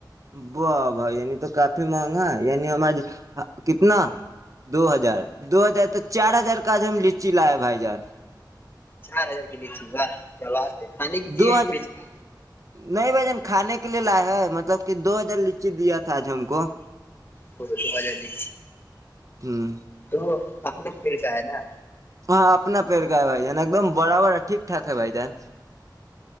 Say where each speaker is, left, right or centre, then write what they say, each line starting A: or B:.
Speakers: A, on the right; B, on the left.
A: و بھائی یعنی تو کافی مہنگا ہے یعنی ہماری کتنا دو ہزار دو ہزار تک چار ہزار کاج ہم لچی لاائے بھائی جان
B: چار ہزار کی لیےچا کیا کھانے کی لیے
A: دو ہج
B: بیچنے
A: نہیں بھ جن کھانے کے لیے لائے ہے مطلب دو ہزار ل لیچے دیا تھا آج ہم کو
B: وہ تو بہ جی
A: ہوں
B: وہ اپنے پل کا ہے نا
A: ہاں اپنا پہر گ ہے بھائی جان ایک دم برابر ہے ٹھیکٹااک ہے بائی جان